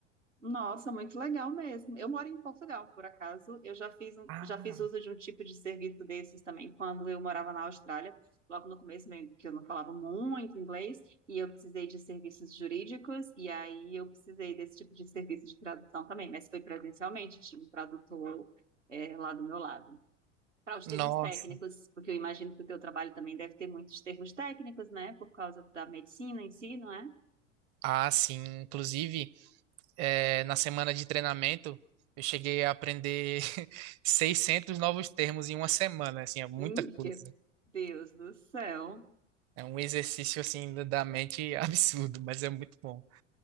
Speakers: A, on the right; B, on the right.
A: Nossa, muito legal mesmo. Eu moro em Portugal, por acaso. Eu já fiz, um-
B: Ah,
A: já fiz uso de um tipo de serviço desses também quando eu morava na Austrália. Logo no começo, meio que eu não falava muito inglês, e eu precisei de serviços jurídicos, e aí eu precisei desse tipo de serviço de tradução também, mas foi presencialmente, tinha um tradutor, eh, lá do meu lado. Para os
B: nossa.
A: termos técnicos, porque eu imagino que o teu trabalho também deve ter muitos termos técnicos, né? Por causa da medicina em si, não é?
B: Ah, sim. Inclusive, eh, na semana de treinamento, eu cheguei a aprender <laughs> 600 novos termos em uma semana. Assim, é muita
A: Meu
B: coisa.
A: Deus do céu.
B: É um exercício, assim, da da mente <laughs> absurdo, mas é muito bom.